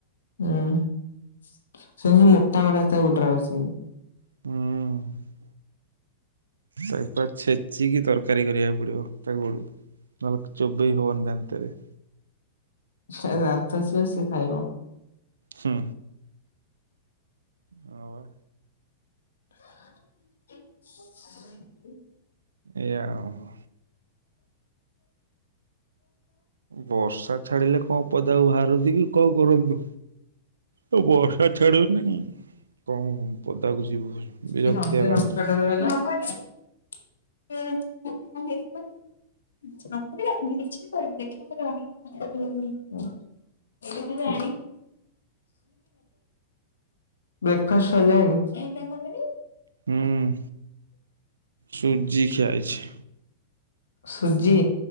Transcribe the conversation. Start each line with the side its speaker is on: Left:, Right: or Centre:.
Left: ହୁଁ ସେ ସେଗୁରା ମୋଟା ମୋଟା ତା ଗୋଡରା କଷିକି।
Right: ହୁଁ। ତାକୁ ପୁରା ଛେଚିକି ତରକାରୀ କରିବାକୁ ପଡିବ ତା ଗୋଡକୁ। ନହେଲେ ଚୋବେଇ ହବନି ଦାନ୍ତରେ।
Left: ଯାର ଦାନ୍ତ ଥିବ ସେ ଖାଇବ।
Right: ହୁଁ। ହଁ ପା।
Left: <inaudible>
Right: ଏୟା ଆଉ। ବର୍ଷା ଛାଡିଲେ କଣ ପଦାକୁ ବାହାରନ୍ତିକି କଣ କରନ୍ତୁ। ଆଉ ବର୍ଷା ଛାଡିବନି ଉଁ କଣ ପଦାକୁ ଯିବୁ
Left: <unintelligible>
Right: ବିରକ୍ତିଆ ଲାଗୁଛି
Left: <unintelligible> <unintelligible> ବ୍ରେକଫାଷ୍ଟ ସଇଲାଣି?
Right: ହୁଁ। ସୁଜି ଖିଆହେଇଛି।
Left: ସୁଜି?